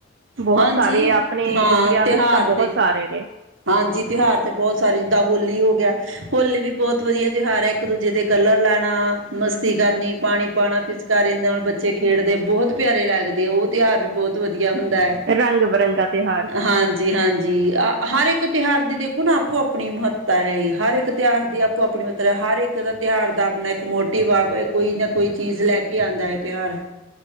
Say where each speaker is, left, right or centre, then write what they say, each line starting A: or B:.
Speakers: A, on the right; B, on the right.
A: ਬੋਹਤ
B: ਹਾਂਜੀ
A: ਸਾਰੇ, ਆਪਣੇ
B: ਹਾਂ
A: ਇੰਡੀਆ
B: ਤਿਉਹਾਰ
A: ਵਿੱਚ ਤਾਂ ਬੋਹਤ
B: ਤੇ
A: ਸਾਰੇ ਨੇਂ।
B: ਹਾਂਜੀ ਤਿਉਹਾਰ ਤੇ ਬੋਤ ਸਾਰੇ ਜਿੱਦਾਂ ਹੋਲੀ ਹੋ ਗਿਆ। ਹੋਲੀ ਵੀ ਬੋਤ ਵਧੀਆ ਤਿਉਹਾਰ ਐ, ਇਕ ਦੂਜੇ ਦੇ ਕਲਰ ਲਾਣਾ, ਮਸਤੀ ਕਰਨੀ, ਪਾਣੀ ਪਾਣਾ, ਪਿਚ ਕਾਰੇ ਨਾਲ ਬੱਚੇ ਖੇਡਦੇ ਬੋਹਤ ਪਿਆਰੇ ਲੱਗਦੇ। ਓ ਤਿਉਹਾਰ ਵੀ ਬੋਤ ਵਧੀਆ ਹੁੰਦਾ ਐ।
A: ਰੰਗ-ਬਿਰੰਗਾ ਤਿਉਹਾਰ।
B: ਹਾਂਜੀ, ਹਾਂਜੀ ਆ। ਹਰ ਏਕ ਤਿਉਹਾਰ ਦੀ ਦੇਖੋ ਨਾਂ ਆਪੋ-ਆਪਣੀ ਮਹੱਤਤਾ ਏ, ਹਰ ਏਕ ਤਿਉਹਾਰ ਦੀ ਆਪੋ-ਆਪਣੀ ਮਹੱਤਤਾ ਹਰ ਏਕ ਦਾ ਤਿਉਹਾਰ ਦਾ ਆਪਣਾ ਇੱਕ ਮੋਟਿਵ ਆ। ਕੋਈ ਨਾਂ ਕੋਈ ਚੀਜ਼ ਲੈ ਕੇ ਆਂਦਾ ਏ ਤਿਉਹਾਰ।